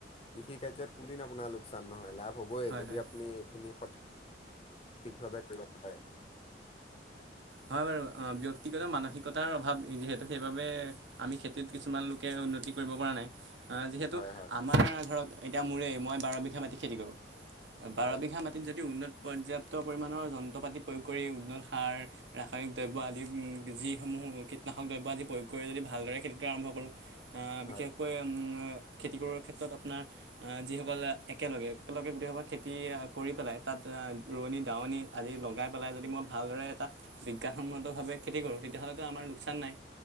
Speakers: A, on the left; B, on the right.
A: কৃষি কাৰ্যত কোদিন আপোনাৰ লোক লোকচান নহয় লাভ হ'বই
B: হয়
A: যদি
B: হয়
A: আপুনি এইখিনি সঠি সঠিকভাৱে কৰিব পাৰে।
B: হয় বাৰু, অ ব্যক্তিগত মানসিকতাৰ অভাৱ যিহেতু সেইবাবে আমি খেতিত কিছুমান লোকে উন্নত খেতি কৰিব পৰা নাই, আ যিহেতু
A: হয় হয়
B: আমাৰ ধৰক এতিয়া মোৰেই মই বাৰ বিঘা মাটি খেতি কৰোঁ বাৰ
A: হয়
B: বিঘা মাটিত যদি উন্নত পৰ্যাপ্ত পৰিমাণৰ যন্ত্ৰ পাতি প্ৰয়োগ কৰি উন্নত সাৰ ৰাসায়নিক দ্ৰব্য আদি যিসমূহ কীটনাশক দ্ৰব্য আদি প্ৰয়োগ কৰি যদি ভালদৰে খেতিটো আৰম্ভ কৰোঁ আ বিশেষকৈ
A: হয়
B: উম খেতি কৰাৰ ক্ষেত্ৰত আপোনাৰ, আহ যিসকল একেলগে একেলগে গোটা খেতি কৰি পেলাই তাত আ ৰোৱনী- দাৱনী আদি লগাই পেলাই যদি মই ভালদৰে এটা বিজ্ঞানসন্মতভাৱে খেতি কৰোঁ, তেতিয়াহলেতো আমাৰ লোকচান নাই,